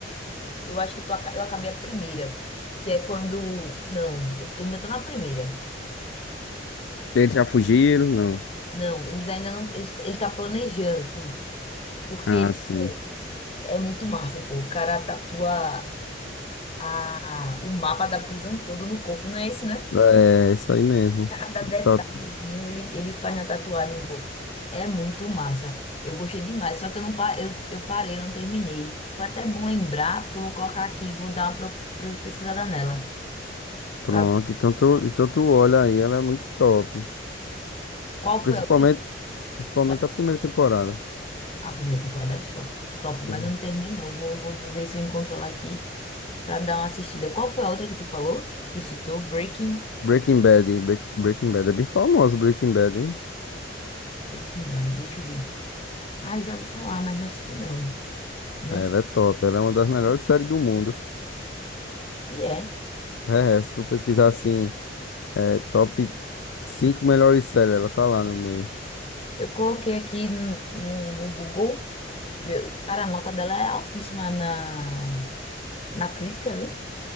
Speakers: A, on the left; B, on the left.
A: Eu acho que eu, tô, aca- eu acabei a primeira, que é quando... Não, eu ainda tô na primeira.
B: Eles já fugiram? Não.
A: Não, eles ainda não... Eles, ele tá planejando tudo. porque
B: Ah, sim.
A: É muito massa, pô. O cara tatua a, o mapa da prisão todo no corpo, não é esse, né?
B: É, isso aí mesmo.
A: Cada detalhezinho
B: Tá tu-
A: ele, ele faz na tatuagem, pô. É muito massa. Eu gostei demais, só que eu não pa- eu, eu parei, eu não terminei. Foi até bom lembrar, porque eu vou colocar aqui, vou dar uma pro- pro- pesquisada nela,
B: pronto.
A: pra ver
B: Então tu, então tu olha aí, ela é muito top.
A: qual foi
B: Principalmente,
A: a outra que
B: principalmente
A: tu falou.
B: a primeira temporada.
A: A primeira temporada é shop, top, mas
B: Uhum.
A: eu não terminei, não. Vou, vou ver se eu encontro ela aqui pra dar uma assistida. Qual foi a outra que tu falou? Tu citou Breaking,
B: Breaking Bad, hein? Bre- Breaking Bad. É bem famoso Breaking Bad, hein?
A: Breaking Bad, deixa eu ver. Ah, eu já ouvi falar, mas não assisti não. Não
B: É,
A: assisti,
B: Ela é top, ela é uma das melhores séries do mundo.
A: é.
B: É, é, se tu pesquisar assim, é, top 5 melhores séries, ela tá lá no meio.
A: Eu coloquei aqui no, no- no Google, viu? Cara, a nota dela é altíssima na, na crítica, viu?